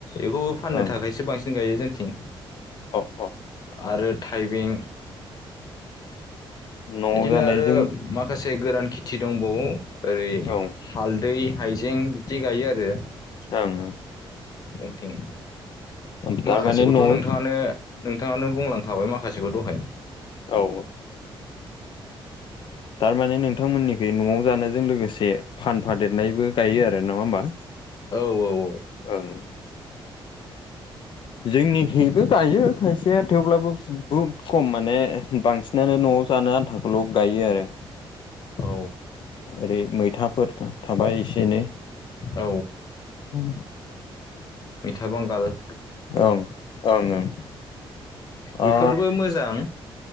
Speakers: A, on the left; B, on the left.
A: एखु फाननो
B: ओं
A: थाखायसो बांसिन गायो जोंथिं।
B: अ' अ'
A: आरो थायबें
B: न'आव
A: इदिनो
B: जानायजों
A: आरो माखासे गोरान खेथि दंबावो। ओरै
B: औ
A: हालदै, हायजें बिदि गायो आरो।
B: ओं ओं
A: ओ थिं
B: ओं थारमाने
A: माखासेखौथ'
B: न'आव
A: नोंथाङानो नोंथाङानो बुंलांखाबाय माखासेखौ दहाय।
B: औ औ थारमाने नोंथांमोननिखै न'आव जानायजों लोगोसे फानफादेरनायबो गायो आरो नङा होमा?
A: औ औ औ
B: ओं
A: <inaudible>
B: जोंनिखैबो गायो खायसेया थेवब्लाबो बुब खम माने बांसि नानो न'आव जानो आन्थाखौल' गायो आरो।
A: औ
B: ओरै मैथाफोर थाबाय एसे एनै
A: औ
B: उम
A: मिथा बंगाल।
B: ओं ओं ओं।
A: बेफोरबो
B: ओ
A: मोजां